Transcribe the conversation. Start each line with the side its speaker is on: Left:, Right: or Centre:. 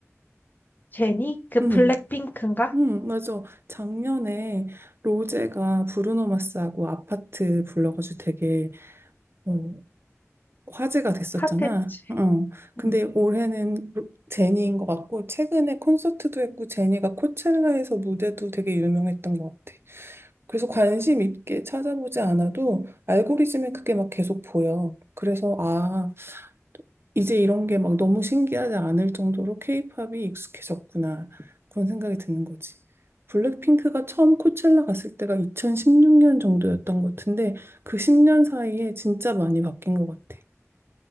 Left: 제니? 그
Right: 음.
Left: 블랙핑크인가?
Right: 음, 맞아. 작년에 로제가 브루노 마스하고 아파트 불러가지고 되게 어, 화제가 됐었잖아.
Left: 핫했지.
Right: 어. 근데
Left: 응.
Right: 올해는 제니인 것 같고, 최근에 콘서트도 했고, 제니가 코첼라에서 무대도 되게 유명했던 것 같아. 그래서 관심 있게 찾아보지 않아도 알고리즘에 그게 막 계속 보여. 그래서, 아, 이제 이런 게 막 너무 신기하지 않을 정도로 케이팝이 익숙해졌구나. 그런 생각이 드는 거지. 블랙핑크가 처음 코첼라 갔을 때가 2016년 정도였던 것 같은데, 그 10년 사이에 진짜 많이 바뀐 것 같아.